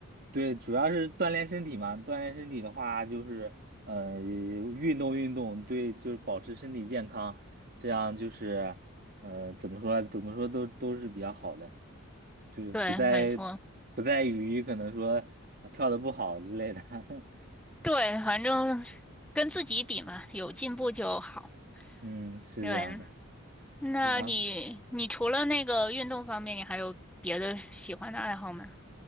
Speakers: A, on the right; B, in the centre.
A: 对，主要是锻炼身体嘛。锻炼身体的话，就是呃，运动运动，对，就是保持身体健康，这样就是呃，怎么说，怎么说都都是比较好的，就是不在
B: 对，没错，
A: 不在于可能说啊跳的不好之类的。<laughs>
B: 对，反正跟自己比嘛，有进步就好。
A: 嗯，是这样的。
B: 对，那你你除了那个运动方面，
A: 然后
B: 你还有别的喜欢的爱好吗？